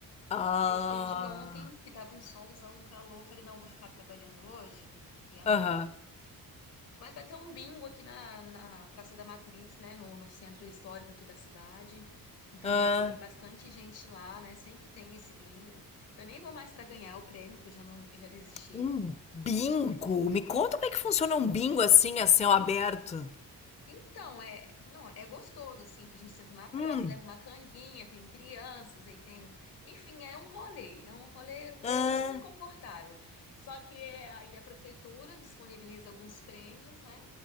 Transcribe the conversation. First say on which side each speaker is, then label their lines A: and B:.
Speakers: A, on the left (about 20°); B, on the left (about 80°).
A: Ah,
B: Deixei de ontem, que tava um solzão, um calor. Falei, não, vou ficar trabalhando hoje e amanhã.
A: aham.
B: Mas vai ter um bingo aqui na, na Praça da Matriz, né? No, no centro histórico aqui da cidade. Então
A: Ah,
B: vai ter bastante gente lá, né? Sempre tem esse bingo. Eu nem vou mais para ganhar o prêmio, que eu já não, eu já desisti.
A: Um bingo? Me conta como é que funciona um bingo assim, a céu aberto.
B: Então, é, não, é gostoso, assim, que a gente senta na praça,
A: Hum,
B: leva uma canguinha, tem crianças, aí tem, enfim, é um rolê, é um rolê
A: Ah,
B: super confortável. Só que é, aí a prefeitura disponibiliza alguns prêmios, né?